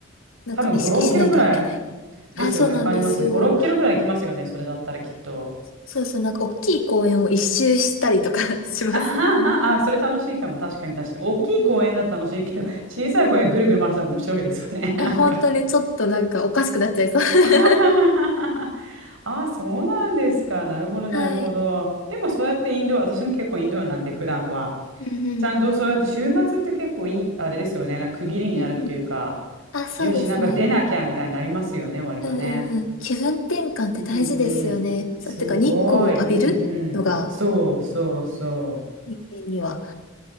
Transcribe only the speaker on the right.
多分5、6キロぐらいですよね。
わかります。5、6キロぐらい行きますよね。それだったらきっと。
あはは、あ、それ楽しいかも。確かに確かに。大きい公園だと楽しいけど、
<laughs> 小さい公園ぐるぐる回したら面白いですよね。<laughs> なんか。
あははははあ、そうなんですか。なるほど、
なるほど。でもそうやってインド、私も結構インドなんで、普段は。
ちゃんとそうやって週末って結構いい、あれですよね。なんか区切りになるっていうか、
よし、なんか出なきゃみたいになりますよね、割とね。
うんうん。すごい。
うんうん。そうそうそ